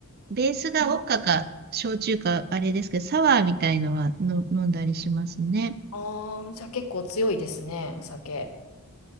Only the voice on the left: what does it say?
うん
ああ、じゃあ結構強いですね、お酒。